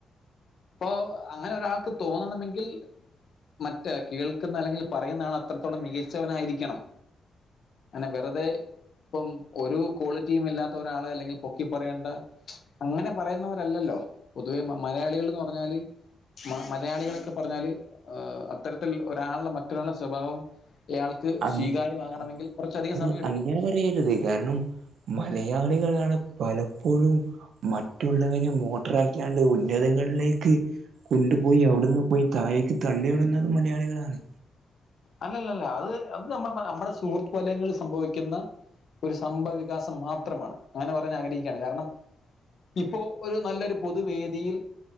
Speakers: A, on the left; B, on the right.
A: ഇപ്പൊ അങ്ങനെ ഒരാൾക്ക് തോന്നണമെങ്കിൽ മറ്റേ കേൾക്കുന്ന അല്ലെങ്കിൽ പറയുന്ന ആൾ അത്രത്തോളം മികച്ചവനായിരിക്കണം അങ്ങനെ വെറുതെ ഇപ്പം ഒരു ക്വാളിറ്റിയും ഇല്ലാത്ത ഒരാള അല്ലെങ്കിൽ പൊക്കി പറയേണ്ട അങ്ങനെ പറയുന്നവരല്ലല്ലോ പൊതുവേ മ മലയാളികൾന്ന് പറഞ്ഞാല് മ മലയാളികളൊക്കെ പറഞ്ഞാല് ഏഹ് അത്തരത്തിൽ ഒരാളുടെ മറ്റൊരാളുടെ സ്വഭാവം ഇയാൾക്ക് ക്ക്
B: അങ്
A: സ്വീകാര്യമാകണമെങ്കിൽ കുറച്ചധികം
B: അങ്
A: സമയമെടുക്കും
B: അങ്ങനെ പറയരുത് കാരണം മലയാളികളാണ് പലപ്പോഴും മറ്റുള്ളവനെ മോട്ടറാക്കിയാണ്ട് ഉന്നതകളിലേക്ക് കൊണ്ടു പോയി അവിടുന്ന് പോയി താഴേക്ക് തള്ളിവിടുന്നത് മലയാളികളാണേ
A: അല്ലല്ലല്ല അത് അത് നമ്മ നമ്മടെ സുഹൃത്ത് വലയങ്ങളിൽ സംഭവിക്കുന്ന ഒരു സംഭവ വികാസം മാത്രമാണ് അങ്ങനെ പറയാൻ ആഗ്രഹിക്കയാണ് കാരണം ഇപ്പോ ഒരു നല്ലൊരു പൊതുവേദിയിൽ